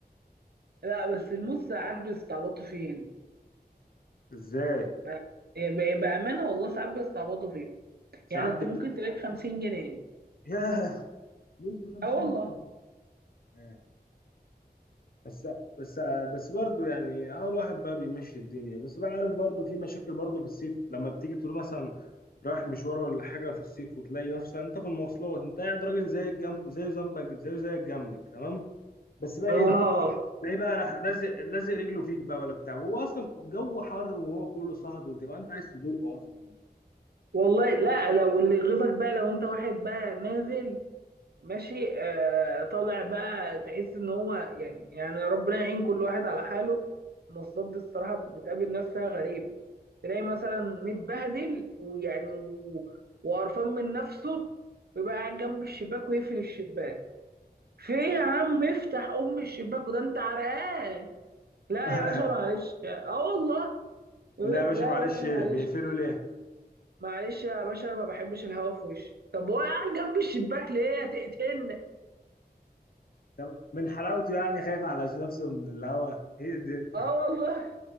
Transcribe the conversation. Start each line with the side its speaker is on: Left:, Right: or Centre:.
Right: لا بس الموز ساعات بيستعبطوا فين
Left: ازاي
Right: بقى- بقى- بامانه والله ساعات بيستعبطوا فين يعني
Left: ساعات
Right: انت
Left: بتدوق
Right: ممكن تلاقي ب 50 جنيه
Left: ياه موز بخمسين
Right: اه والله
Left: جنيه بس بس بس برضه يعني اول واحد بقى بيمشي الدنيا بس بقى عارف برضه في مشاكل برضه في الصيف لما بتيجي تقول مثلا رايح مشوار ولا حاجه في الصيف وتلاقي نفسك انت في المواصلات انت قاعد راجل زي الجنب زي ذنبك زي زي جنبك تمام بس بقى
Right: اه
Left: ايه تلاقيه بقى راح لازق لازق رجله فيك بقى ولا بتاع وهو اصلا الجو حر وهو كله صهد وتبقى انت عايز تذوقه اصلا
Right: والله لا لو اللي يغيظك بقى لو انت واحد بقى نازل ماشي آه طالع بقى تحس ان هو يعني يعني ربنا يعين كل واحد على حاله المواصلات دي الصراحة بتقابل ناس فيها غريبة تلاقي مثلا متبهدل ويعني و- وقرفان من نفسه ويبقى قاعد جنب الشباك ويقفل الشباك في إيه يا عم افتح ام الشباك وده انت عرقان لا
Left: <laughs>
Right: يا باشا معلش اه والله يقول
Left: لا
Right: لك
Left: يا باشا
Right: لا
Left: معلش
Right: يا باشا معلش
Left: ايه بيقفلوا ليه
Right: معلش يا باشا انا ما بحبش الهوا في وشي طب هو قاعد جنب الشباك ليه هتقتلني
Left: طب من حلاوته يعني خايف على نفسه من الهوا ايه ده
Right: اه والله